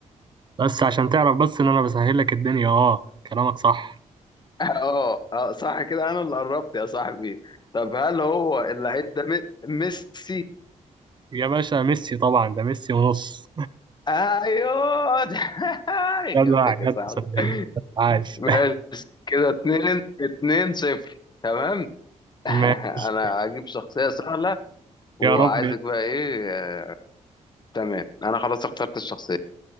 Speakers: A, on the right; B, on the left.
A: بس عشان تعرف بس إن أنا بسهل لك الدنيا أه كلامك صح
B: <laughs> اه اه صح كده انا اللي قربت يا صاحبي طب هل هو اللعيب ده مي- ميسي
A: يا باشا ميسي طبعا ده ميسي ونص
B: ايوه <laughs>
A: <laughs> جدع
B: جبتك
A: جدع
B: يا صاحبي
A: صدقني عاش
B: ماشي كده اتنين اتنين صفر تمام <laughs>
A: <laughs> ماشي
B: انا هجيب شخصية سهلة وعايزك
A: يا رب
B: بقى ايه آه، تمام انا خلاص اخترت الشخصية